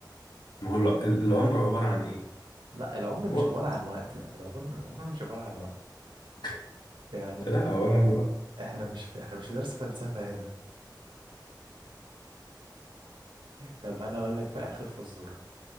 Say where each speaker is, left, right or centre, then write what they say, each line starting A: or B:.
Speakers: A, on the left (about 65°); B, on the right (about 85°).
A: ما هو الع- العمر عباره عن ايه
B: لا العمر مش
A: وقت
B: عبارة عن وقت لا العمر <laughs> العمر مش عبارة عن وقت
A: <laughs>
B: يعني
A: لا
B: انت
A: عباره عن وقت
B: احنا مش في... احنا مش في درس فلسفة هنا طب انا اقول لك بقى اخر فزوره